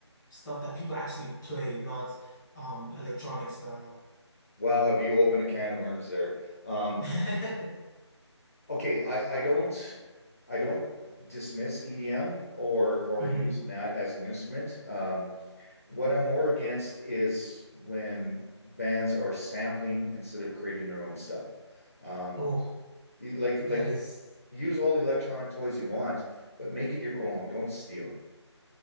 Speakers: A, in the centre; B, on the left.
A: stuff that people actually play, not um electronic style.
B: Wow, have you opened a can of worms there? Um,
A: <laughs>
B: Okay, I, I don't I don't dismiss EDM or or
A: Mhm.
B: using that as an instrument. Um, what I'm more against is when bands are sampling instead of creating their own stuff. Um,
A: Oh,
B: y- like like
A: that is
B: use all the electronic toys you want, but make it your own. Don't steal.